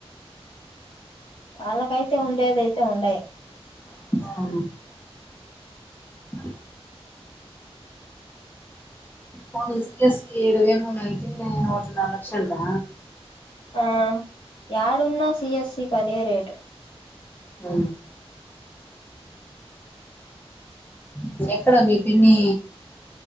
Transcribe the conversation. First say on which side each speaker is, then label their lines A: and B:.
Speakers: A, on the left; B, on the left.
A: వాళ్ళకైతే ఉండేదయితే ఉండయి
B: అ ఉమ్మ్ పోనీ సిఎస్ససి ఏడవేమూన్ అయితే ఒకటిన్నర లక్షంటా
A: ఆ యాడున్నా సిఎస్ సి కి అదే రేట్
B: మ్ మీరు ఎక్కడ మీ పిన్ని